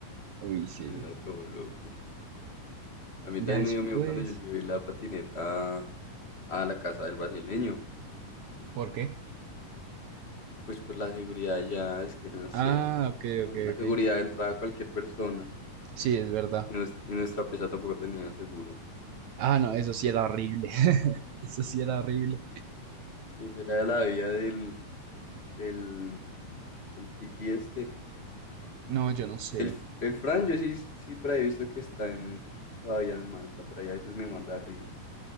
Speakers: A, on the right (about 70°); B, on the left (about 20°).
A: Uy,
B: <laughs>
A: sí.
B: Era todo loco. A mí
A: Ya
B: también
A: después.
B: me dio miedo cuando yo llevé la patineta a la casa del brasileño.
A: ¿Por qué?
B: Pues por la seguridad ya, es que no sé,
A: Ah,
B: allá
A: ok,
B: también
A: ok,
B: la
A: ok.
B: seguridad entraba a cualquier persona.
A: Sí, es verdad.
B: Y, nues- y nuestra pieza tampoco tenía seguro.
A: Ah, no, eso sí era horrible. <laughs> Eso sí era horrible.
B: ¿Qué será de la vida del, del, del hippie este?
A: No, yo no sé.
B: El, el Fran, yo sí, sí por ahí he visto que está en, todavía en Malta, por allá a veces me manda reels.